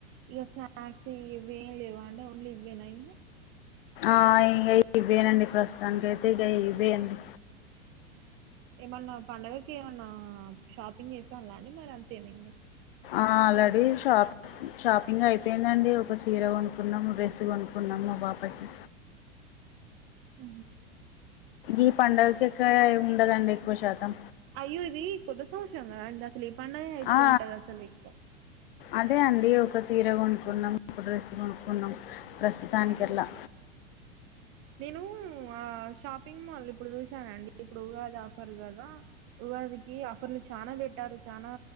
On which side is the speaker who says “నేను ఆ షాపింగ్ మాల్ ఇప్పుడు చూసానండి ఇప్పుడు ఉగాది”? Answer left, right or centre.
Right